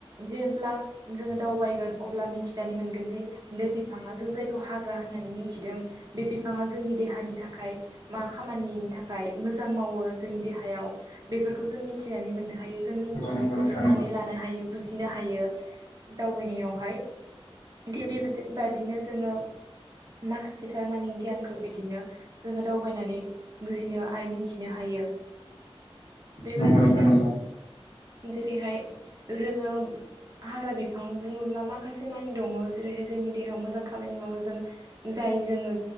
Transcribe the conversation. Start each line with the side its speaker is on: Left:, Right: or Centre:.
Right: जेब्ला जोङो दावबायगोन अब्ला मिथिनानै मोनगोन दि बे बिफाङा जों जायखौ हाग्रा होन होननानै मिथिदों बे बिफाङा जोंनि देहानि थाखाय मा खामानिनि थाखाय मोजां मावो जोंनि देहायाव बेफोरखौ जों मिथिनानै मोन नों हायो। जों मिथियिखौ
Left: नंगौ नंगौ नोंथां
Right: सोंनानै
Left: नंगौ
Right: लानो हायो बुजिनो हायो दावबायनायावहाय। थि बिबेदि बादिनो जोङो माखासे थारमानि गियानखौ बि दिनो जोङो दावबायनानै बुजिनो आरो मिथिनो हायो। बेबायदिनो
Left: नंगौ नंगौ नोंथां नंगौ नोंथां नंगौ
Right: जेरैहाय जोङो हाग्रा बिफां बुङोब्ला माखासे मानि दङ जेरैहाय जोंनि देहायाव मोजां खामानि मावो जोङो जाय जोङो